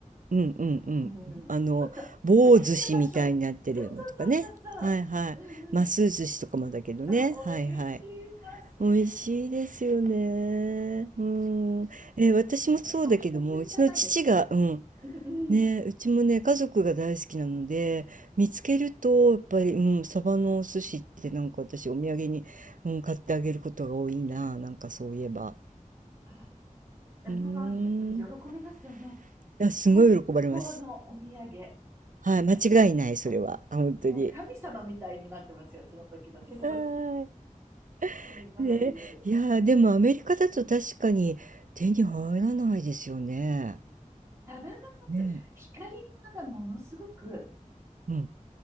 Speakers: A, on the right; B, on the right.
A: うん、うん、うん。
B: うん、
A: あの、棒寿司みたいになってるのとかね。
B: 置いてる場所。そうそうそうそうそう。
A: はいはい。
B: うんうん。
A: ます寿司とかもだけどね。
B: あ、美味しい、
A: はいはい。
B: ます美味しい。
A: 美味しいですよね。うん。え、私もそうだけども、
B: 独特じゃないですか。
A: うちの父が、うん、
B: うんうん。
A: ね、うちもね、家族が大好きなので、見つけると、やっぱり、うん、サバのお寿司ってなんか私お土産に、うん、買ってあげることが多いな、なんかそういえば。
B: あ、もう、
A: うーん。
B: 喜びますよね。
A: いや、すごい喜ばれます。
B: 最高のお土産。
A: はい、
B: 最
A: 間違いない、それは。
B: 高。
A: あ本当に。
B: もう神様みたいになってますよ、その時の友達
A: は
B: ってみんなが言う。
A: い。ね、いやー、でもアメリカだと確かに手に入らないですよね。
B: サバがまず、
A: ね。
B: 光り物がものすごく
A: うん。